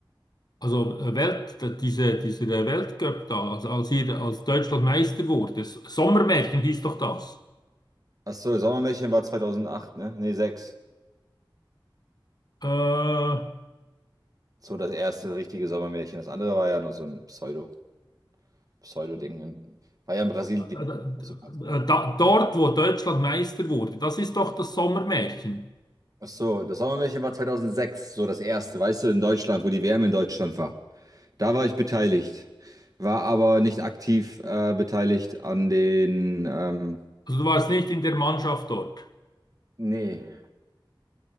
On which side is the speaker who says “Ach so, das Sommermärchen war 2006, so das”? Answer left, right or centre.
Right